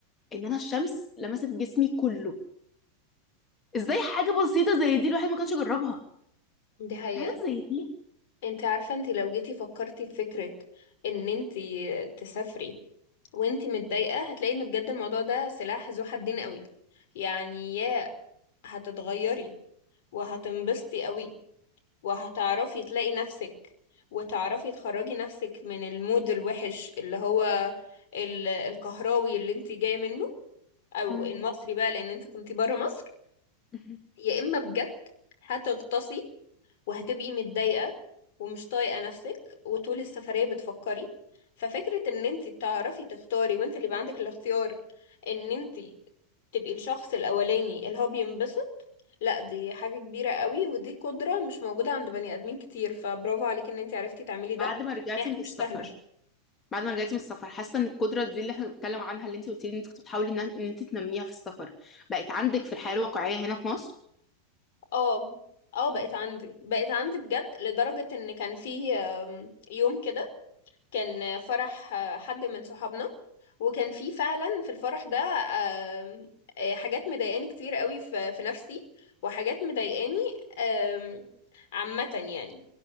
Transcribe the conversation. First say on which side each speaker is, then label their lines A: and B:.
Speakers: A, on the left; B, on the left.
A: إن أنا الشمس لمست جسمي كله إزاي حاجة بسيطة زي دي الواحد ما كانش يجربها
B: دي حقيقة
A: في حاجات زي دي
B: انت عارفة انت لو جيتي فكرتي في فكرة ان انت تسافري وانتي متضايقة هتلاقي ان بجد الموضوع ده سلاح ذو حدين قوي يعني يا هتتغيري وهتنبسطي قوي وهتعرفي تلاقي نفسك وتعرفي تخرجي نفسك من المود الوحش اللي هو ال- الكهراوي اللي انتي جاية منه او
A: مم.
B: المصري بقى لان انت كنتي برا مصر
A: <laughs>
B: يا اما بجد هتغطسي وهتبقي متضايقة ومش طايقة نفسك وطول السفرية بتفكري ففكرة ان انتي بتعرفي تختاري وانت اللي يبقى عندك الاختيار ان انتي تبقي الشخص الاولاني اللي هو بينبسط لا دي حاجة كبيرة قوي ودي قدرة مش موجودة عند بني ادمين كتير فبرافو عليك ان انتي عرفتي تعملي ده
A: بعد ما رجعتي
B: يعني
A: من
B: مش
A: السفر
B: سهلة
A: بعد ما رجعتي من السفر حاسه ان القدره دي اللي احنا بنتكلم عنها اللي انت قلت لي ان انت كنت بتحاولي ان إن انت تنميها في السفر بقت عندك في الحياه الواقعيه هنا في مصر
B: اه اه بقت عندي بقت عندي بجد لدرجة ان كان في آم، يوم كده كان فرح آه، حد من صحابنا وكان في فعلا في الفرح ده آم، آه، حاجات مضايقاني كتير قوي في في نفسي وحاجات مضايقاني آم، عامة يعني